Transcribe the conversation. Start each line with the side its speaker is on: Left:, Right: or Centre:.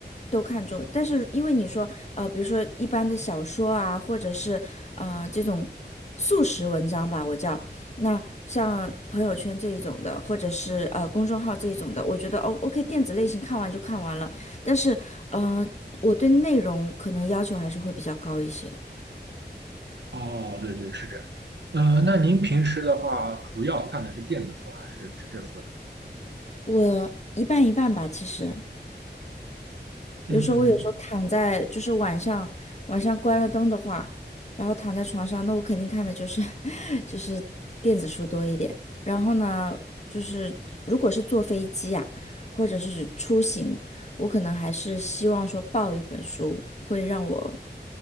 Left: 都看重，但是因为你说，呃，比如说一般的小说啊，或者是呃这种速食文章吧，我叫那像朋友圈这一种的，或者是呃公众号这一种的，我觉得哦，OK，电子类型看完就看完了，但是呃，我对内容可能要求还是会比较高一些，
Right: 哦，对对，是这样。呃，那您平时的话，主要看的是电子书还是纸质书呢？
Left: 我一半一半吧，其实。比如说，
Right: 嗯，
Left: 我有时候躺在，就是晚上晚上关了灯的话，然后躺在床上，那我肯定看的就是 <laughs> 就是电子书多一点。然后呢，就是如果是坐飞机啊，或者是出行，我可能还是希望说抱一本书，会让我